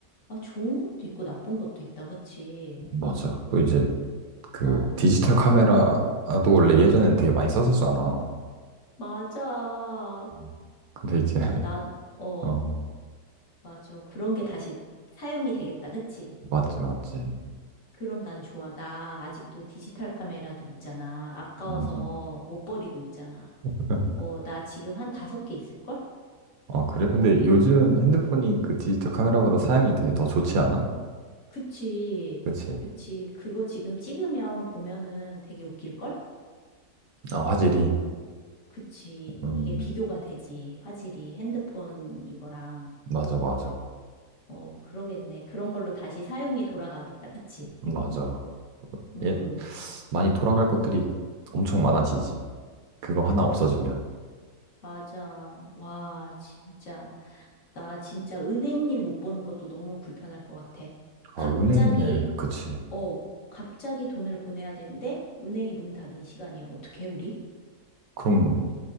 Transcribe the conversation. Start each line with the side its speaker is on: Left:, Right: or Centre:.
Left: 아, 좋은 것도 있고 나쁜 것도 있다, 그치?
Right: 맞아. 또 이제 그
Left: 어,
Right: 디지털 카메라도 원래 예전에는 되게 많이 썼었잖아.
Left: 맞아.
Right: 음, 근데 이제, <laughs>
Left: 야, 난, 어.
Right: 어,
Left: 맞아. 그런 게 다시 사용이 되겠다. 그치?
Right: 맞지, 맞지.
Left: 그럼 난 좋아. 나 아직도 디지털 카메라들 있잖아. 아까워서
Right: 음, 음.
Left: 못 버리고 있잖아.
Right: <laughs>
Left: 어, 나 지금 한 다섯 개 있을걸?
Right: 아, 그래?
Left: 어,
Right: 근데 요즘 핸드폰이 그 디지털 카메라보다 사양이 되게 더 좋지 않아?
Left: 그치.
Right: 그치?
Left: 그치. 그거 지금 찍으면 보면은 되게 웃길걸?
Right: 아, 화질이.
Left: 어, 그치.
Right: 음,
Left: 이게 비교가 되지. 화질이 핸드폰 이거랑.
Right: 맞아, 맞아.
Left: 어, 그러겠네. 그런 걸로 다시 사용이 돌아가겠다. 그치?
Right: 맞아.
Left: 음,
Right: 예, 많이 돌아갈 것들이 엄청 많아지지. 그거 하나
Left: 그치.
Right: 없어지면.
Left: 맞아. 와, 진짜. 나 진짜 은행 일 못 보는 것도 너무 불편할 것 같아. 갑자기,
Right: 아, 은행 일, 그치.
Left: 어, 갑자기 돈을 보내야 되는데, 은행이 문 닫은 시간이야. 어떻게, 우리?
Right: 그럼